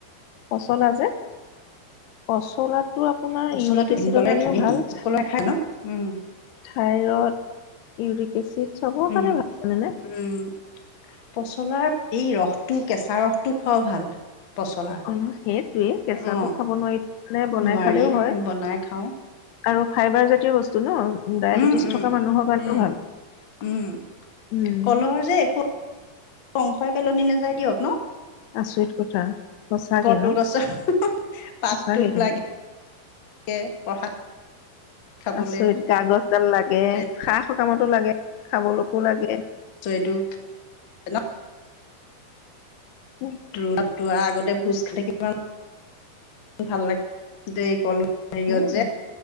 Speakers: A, on the left (about 85°); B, on the left (about 55°).
A: পচলা যে। পচলাটো আপোনাৰ
B: পচলাটো
A: ইউৰিক এচিডৰ
B: ভীমকলৰে
A: কাৰণেও
B: খায় নেকি
A: ভাল।
B: কলৰে খায় ন উম
A: থাইৰড, ইউৰিক এচিড। চবৰ কাৰণে
B: উম।
A: ভাল জানেনে
B: উম, পচলাৰ এই ৰসটো কেঁচা ৰসটো খোৱাও ভাল। পচলাৰ
A: অ', ন সেইটোৱে কেঁচাটো
B: অ
A: খাব নোৱাৰিলে বনাই
B: নোৱাৰি
A: খালেও হয়।
B: আমি বনাই খাওঁ
A: আৰু ফাইবাৰ জাতীয় বস্তু ন ডায়বেটিছ
B: উম উম
A: থকা মানুহৰ কাৰণেও
B: উম
A: ভাল,
B: উম
A: উম।
B: কলৰ যে একো অংশই পেলনি নাযাই দিয়ক, ন।
A: আচৰিত কথা সঁচাকে
B: কলগছৰ‌,
A: ন
B: পাতটো
A: সঁচাকে কিন্তু
B: লাগে। এ প্ৰসাদ। খাবলৈ
A: আচৰিত গা গজডাল লাগে
B: সেই
A: সা সকামতো লাগে খাবলোকো লাগে।
B: চ এইটো। ন
A: উম।
B: ত তোৱা আগতে ভোজ খালে কেইদিনমান। ভাল লাগে দেই কল। হেৰিয়ত
A: উম।
B: যে